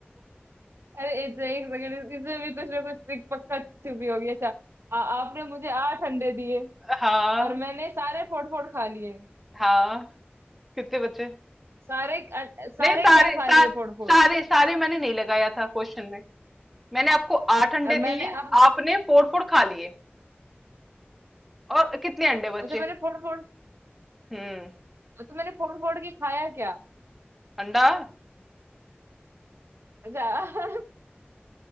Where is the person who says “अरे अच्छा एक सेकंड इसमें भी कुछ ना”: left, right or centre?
Right